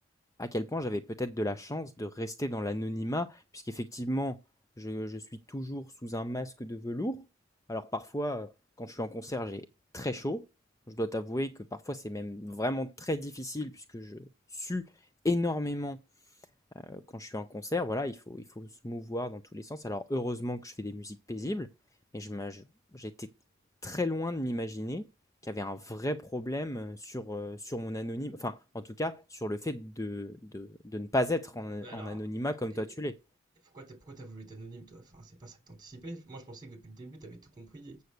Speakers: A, on the left; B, on the right.
A: à quel point j'avais peut-être de la chance de rester dans l'anonymat, puisqu'effectivement, je, je suis toujours sous un masque de velours. Alors parfois, euh, quand je suis en concert, j'ai très chaud. Je dois t'avouer que parfois c'est même vraiment très difficile puisque je sue énormément quand je suis en concert, voilà, il faut, il faut se mouvoir dans tous les sens. Alors heureusement que je fais des musiques paisibles, mais je m'a- je- j'étais très loin de m'imaginer qu'il y avait un vrai problème euh, sur, euh, sur mon anonyme, enfin en tout cas sur le fait de, de, de ne pas être en,
B: Bah alors,
A: en anonymat
B: euh,
A: comme
B: et,
A: toi tu l'es.
B: et pourquoi t'as, pourquoi t'as voulu être anonyme, toi? Enfin, c'est pas ça que t'anticipais. Moi, je pensais que depuis le début, t'avais tout compris et,